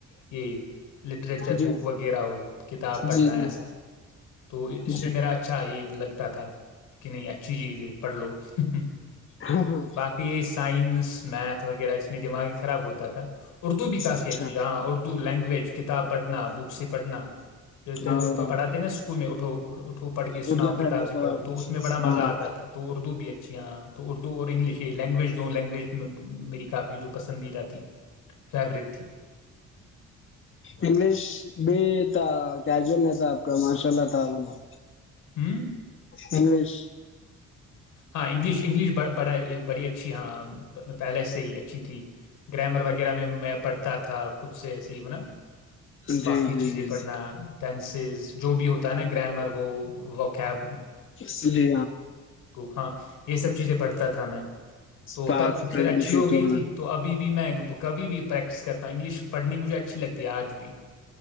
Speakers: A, on the left; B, on the left.
A: یہ لٹریچر
B: جی
A: بک وغیرہ ہو کتاب پڑھنا
B: جی جی
A: ایسا تو اس میں
B: جی
A: میرا اچھا یہ لگتا تھا تھا کہ نہیں اچھی چیز ہے پڑھ لو <unintelligible>
B: ہاں ہاں
A: باقی یہ سائنس میتھ وغیرہ اس میں دماغ ہی خراب ہوتا تھا اردو بھی
B: اچھا
A: سی اچھی ج ہاں اردو لینگویج کتاب پڑھنا بک سے پڑھنا جو
B: ہاں
A: پڑھاتے نا اسکول اٹھو پڑھ کے سناؤ
B: اڑیا دھریا
A: کتاب سے
B: بڑا
A: پڑھو تو اس میں بڑا مزہ
B: ہاں
A: آتا تھا تو اردو بھی اچھی آ تو اردو اور انگلش یہ لینگویج لینگویج میں میری کافی جو پسندیدہ تھی فیورٹ تھی
B: انگلش بھی تھا کیجول نہیں تھا آپ کا ماشاء اللہ تھا بولو
A: ہوں
B: انگلش
A: ہاں انگلش انگلش بڑا بڑی اچھی ہاں پہلے سے ہی اچھی تھی گرامر وغیرہ میں میں پڑھتا تھا خود سے صحی من
B: جی
A: باقی
B: جی
A: چیزیں
B: جی
A: پڑھنا ٹینس ز جو بھی ہوتا ہے نا گرامر وہ وقب
B: جی
A: ہاں یہ سب چیزیں پڑتا تھا میں تو
B: پاس
A: تب
B: پرزینٹ
A: پھر اچھی
B: فیوچر
A: ہو گئی تھی تو ابھی بھی میں کبھی بھی پریکٹس کرتا انگلش پڑھنی مجھے اچھی لگتی ہے آج بھی